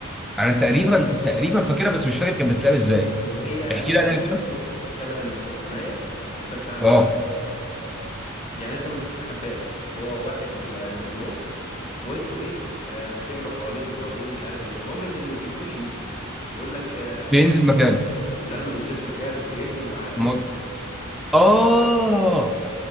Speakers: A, in the centre; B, on the left.
A: انا تقريبا تقريبا فاكرها بس مش فاكر كانت بتتلعب ازاي
B: اللي هي
A: احكي لي
B: يعني
A: عليها كده
B: بص شبه الاستغمايه بس على المكشوف
A: اه
B: يعني انت ما بتستخباش هو واحد بيبقى اللي في النص وانتوا ايه آه بتجروا حواليه بترازوه مش عارف ايه المهم ان اللي بيقفشه بيقول لك آه،
A: بينزل مكان
B: لا ما بينزلش مكانه بينزل معاه
A: م... اه